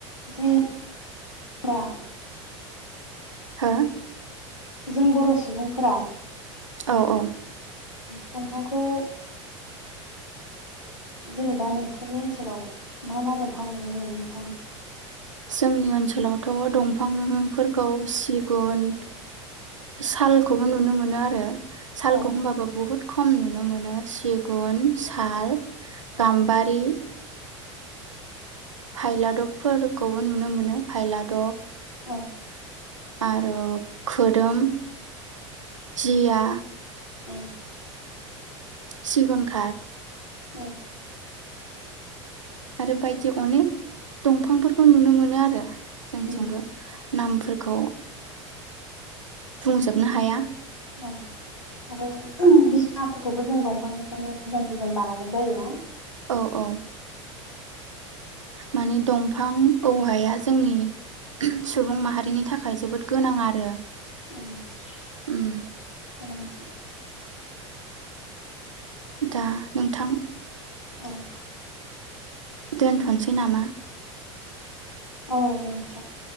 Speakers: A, on the left; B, on the right.
A: जों बा
B: हा?
A: जों बर' सुबुंफोरा
B: औ औ
A: दंफांखौ जेनेबा नोंसोरनि ओनसोलाव मा मा दंफां नुनो मोनो नोंथाङा?
B: जोंनि ओनसोलावथ' दंफांफोरखौ सिगुन हालखौबो नुनो मोनो आरो। सालखौ
A: औ
B: होनोमबाबो बुहुत खम नुनो मोनो सिगुन, साल
A: औ
B: गाम्बारि फायलादबफोरखौबो नुनो मोनो, फायलादब।
A: औ
B: आरो खोदोम, जिया
A: औ
B: सिगुनखाद
A: उ
B: आरो बायदि अनेक दंफांफोरखौ नुनो मोनो आरो जोंजोंबो।
A: ओं
B: नामफोरखौ बुंजोबनो हाया।
A: औ आरो। बिसिनाफोरखौबो जों दंफांनिफ्रायनो डिजाइन डिजाइन बानायनाय जायो ना।
B: औ औ मानिे दंफां औवाया जोंनि सुबुं माहारिनि थाखाय जोबोद गोनां आरो।
A: <unintelligible> औ
B: उम
A: <unintelligible>
B: दा नोंथां
A: औ
B: दोनथ'सै नामा?
A: औ दे नथां।